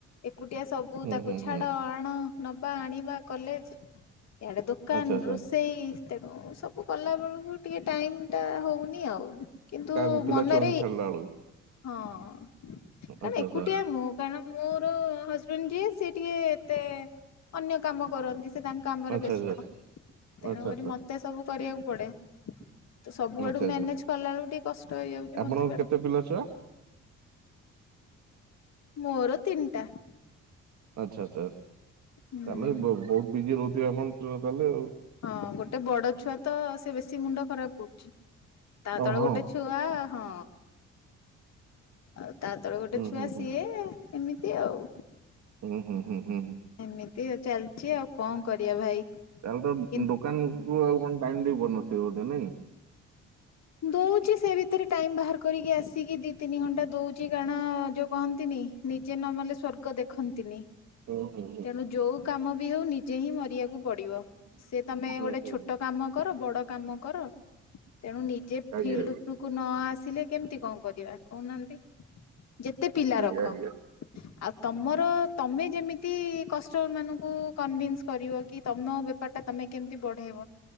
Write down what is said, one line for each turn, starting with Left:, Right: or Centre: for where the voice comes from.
Left: ଏକୁଟିଆ ସବୁ
Right: ହୁଁ
Left: ତାକୁ
Right: ହୁଁ
Left: ଛାଡ
Right: ହୁଁ
Left: ଆଣ। ନବା ଆଣିବା କଲେଜ ଇଆଡେ ଦୋକାନ
Right: ଆଚ୍ଛା ଆଚ୍ଛା
Left: ରୋଷେଇ ତେଣୁ ସ ବୁ କଲା ବେଳକୁ ଟିକେ ଟାଇମଟା ହଉନି ଆଉ କିନ୍ତୁ
Right: କାହାକୁ ପିଲା
Left: ମନରେ
Right: ଛୁଆଙ୍କୁ ଛାଡିଲା ବେଳକୁ
Left: ହଁ କାରଣ
Right: ଆଚ୍ଛା
Left: ଏକୁଟିଆ
Right: ଆଚ୍ଛା
Left: ମୁଁ କାରଣ ମୋର ହଜବେଣ୍ଡ ଯିଏ ସିଏ ଟିକେ ଏତେ ଅନ୍ୟ କାମ କରନ୍ତି ସେ ତାଙ୍କ କାମରେ
Right: ଆଚ୍ଛା
Left: ବ୍ୟସ୍ତ।
Right: ଆଚ୍ଛା
Left: ତେଣୁକରି
Right: ଆଚ୍ଛା ଆଚ୍ଛା
Left: ମତେ ସବୁ କରିବାକୁ ପଡେ। ତ ସବୁଆଡୁ
Right: ଆଚ୍ଛା ଆଚ୍ଛା
Left: ମ୍ୟାନେଜ କଲା ବେଳକୁ ଟିକେ କଷ୍ଟ ହେଇଯାଉଚି
Right: ଆପଣଙ୍କ
Left: ମତେ ବେ
Right: କେତେ ପିଲା ଛୁଆ
Left: ମୋର ତିନିଟା
Right: ଆଚ୍ଛା ଆଚ୍ଛା ତାହେଲେ
Left: ହୁଁ।
Right: ବଉ-ବହୁତ ବିଜି ରହୁଥିବେ ଆପଣ ତାହେଲେ ଆଉ।
Left: ହଁ ଗୋଟେ ବଡଛୁଆ ତ ସେ ବେଶୀ ମୁଣ୍ଡ ଖରାପ କରୁଚି। ତା
Right: ଓ
Left: ତଳେ
Right: ହଁ
Left: ଗୋଟେ ଛୁଆ ହଁ ଆଉ ତା ତଳେ ଗୋଟେ
Right: ହୁଁ
Left: ଛୁଆ
Right: ହୁଁ
Left: ସିଏ
Right: ହୁଁ
Left: ଏମିତି ଆଉ।
Right: ହୁଁ ହୁଁ ହୁଁ।
Left: ଏମିତି ଆଉ ଚାଲିଚି ଆଉ କଣ କରିବା ଭାଇ?
Right: ତାହେଲେ
Left: କିନ୍ତୁ
Right: ତ ଦୋକାନକୁ ଆଉ କଣ ଟାଇମ ଦେଇପାରୁନଥିବେ ବୋଧେ ନାଇଁ?
Left: ଦଉଚି ସେ ଭିତରେ ଟାଇମ ବାହାର କରିକି ଆସିକି ଦି ତିନି ଘଣ୍ଟା ଦଉଚି କାରଣ ଯଉ କହନ୍ତିନି ନିଜେ ନ ମଲେ ସ୍ଵର୍ଗ ଦେଖନ୍ତିନି।
Right: ଓ ହୋ।
Left: ତେଣୁ ଯୋଉ କାମ ବି ହଉ ନିଜେ ହିଁ ମରିବାକୁ ପଡିବ ସେ ତମେ ଗୋଟେ
Right: ହୁଁ ହୁଁ
Left: ଛୋଟ କାମ କର ବଡକାମ କର ତେଣୁ ନିଜେ
Right: ଆଜ୍ଞା
Left: ଫିଲ୍ଡ ଉପରକୁ ନ ଆସିଲେ କେମିତି କଣ କରିବା କହୁନାହାନ୍ତି ଯେତେ ପିଲା
Right: ଆଜ୍ଞା
Left: ରଖ
Right: ଆଜ୍ଞା ଆଜ୍ଞା
Left: ଆଉ ତମର ତମେ ଯେମିତି କଷ୍ଟମର ମାନଙ୍କୁ କନଭିନ୍ସ କରିବ କି ତମ ବେପାରଟା ତମେ ମେ କେମିତି ବଢେଇବ